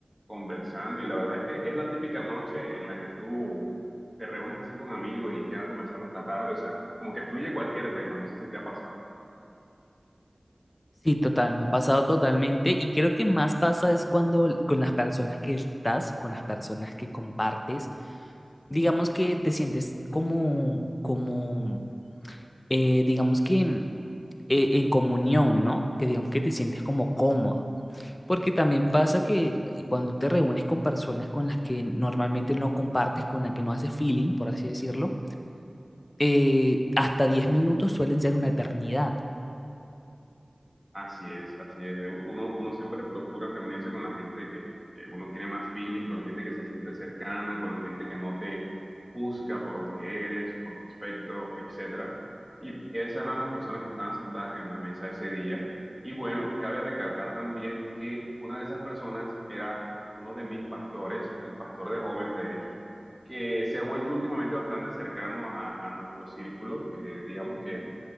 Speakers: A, in the centre; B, on the left.
A: conversando y la verdad es que es la típica noche en la que tú te reúnes así con amigos y quedan conversando hasta tarde, o sea, como que fluye cualquier tema, no sé si te ha pasado.
B: Sí, total, me ha pasado totalmente y creo que más pasa es cuando l- con las personas que estás, con las personas que compartes, digamos que te sientes como, como eh, digamos que en, eh, en comunión, ¿no? Que digamos que te sientes como cómodo. Porque también pasa que cuando te reúnes con personas con las que normalmente no compartes, con las que no haces feeling, por así decirlo, eh, hasta 10 minutos suelen ser una eternidad.
A: Así es, así es. Uno, uno siempre procura reunirse con la gente que, que uno tiene más feeling, con la gente que se siente cercana, con la gente que no te juzga por lo que eres, por tu aspecto, etcétera. Y esas eran las personas que estaban sentadas en la mesa ese día. Y bueno, cabe recalcar también que una de esas personas era uno de mis pastores, el pastor de jóvenes, de hecho, que se ha vuelto últimamente bastante cercano a, a nuestro círculo. Eh, digamos que